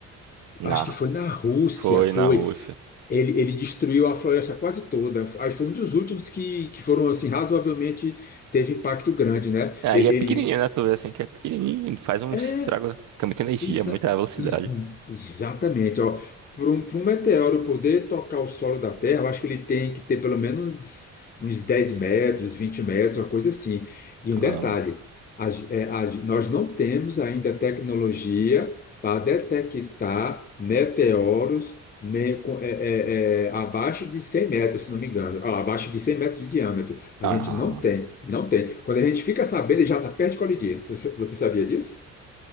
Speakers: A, on the right; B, on the left.
A: Na,
B: acho que foi na Rússia,
A: foi
B: foi.
A: na Rússia.
B: Ele, ele destruiu a floresta quase toda. Aí foi um dos últimos que, que foram, assim, razoavelmente, teve impacto grande, né?
A: aí
B: Ele,
A: é
B: ele-
A: pequenininho, né, tu vê assim, que é pequenininho, faz um
B: é.
A: estrago, fica muita energia,
B: Exa-
A: muita velocidade.
B: ex- exatamente, ó. Para um, pra um meteoro poder tocar o solo da Terra, eu acho que ele tem que ter pelo menos uns 10 metros, 20 metros, uma coisa assim. E um
A: Ah,
B: detalhe, a ge- é, a ge- nós não temos ainda tecnologia para detectar meteoros me- com- é, é, é, abaixo de 100 metros, se não me engano, Ah, abaixo de 100 metros de diâmetro. A
A: ah.
B: gente não tem, não tem. Quando a gente fica sabendo, ele já está perto de colidir. Você, você sabia disso?